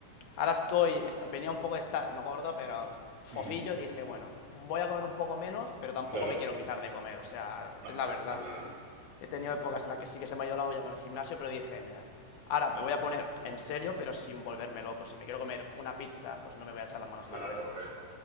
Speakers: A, on the left; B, on the right.
A: ahora estoy, venía un poco de estar, no gordo, pero fofillo,
B: Ujú,
A: dije, bueno, voy a comer un poco menos, pero tampoco
B: Claro.
A: me quiero quitar de comer, o sea,
B: No,
A: es la verdad.
B: está claro.
A: He tenido épocas en las que sí que se me ha ido la olla con el gimnasio, pero dije, mira, ahora me voy a poner en serio, pero sin volverme loco. Si me quiero comer una pizza, pues no me voy a echar las manos
B: Claro,
A: a la cabeza.
B: hombre.